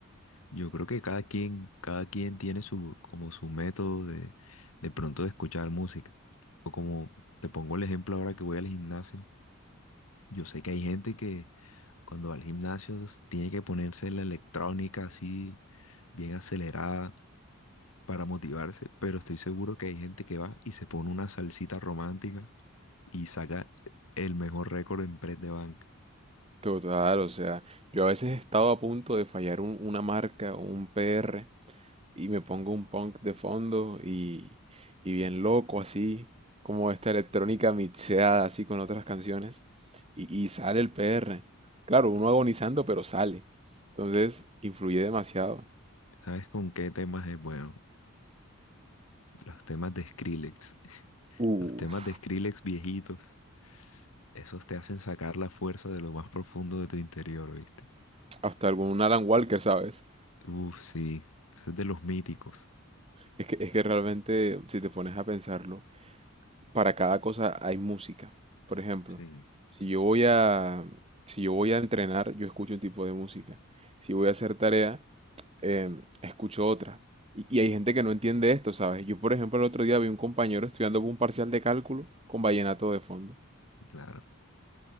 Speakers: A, on the left (about 75°); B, on the right (about 25°).
A: Yo creo que cada quien, cada quien tiene su, como su método de, de pronto de escuchar música. O como te pongo el ejemplo ahora que voy al gimnasio. Yo sé que hay gente que cuando va al gimnasio s- tiene que ponerse la electrónica así bien acelerada para motivarse, pero estoy seguro que hay gente que va y se pone una salsita romántica y saca el mejor récord en press de banca.
B: Total, o sea, yo a veces he estado a punto de fallar un- una marca o un PR y me pongo un punk de fondo y, y bien loco así, como esta electrónica mixeada así con otras canciones y, y sale el PR. Claro, uno agonizando, pero sale. Entonces, influye demasiado.
A: ¿Sabes con qué temas es bueno? Los temas de Skrillex,
B: Uf,
A: los temas de Skrillex viejitos. Esos te hacen sacar la fuerza de lo más profundo de tu interior, ¿oíste?
B: hasta algún Alan Walker, ¿sabes?
A: Uf, sí, ese es de los míticos.
B: Es que, es que realmente, si te pones a pensarlo, para cada cosa hay música. Por ejemplo,
A: Sí,
B: si yo voy a, si yo voy a entrenar, yo escucho un tipo de música. Si voy a hacer tarea, em, escucho otra. Y, y hay gente que no entiende esto, ¿sabes? Yo, por ejemplo, el otro día vi un compañero estudiando un parcial de cálculo con vallenato de fondo.
A: claro.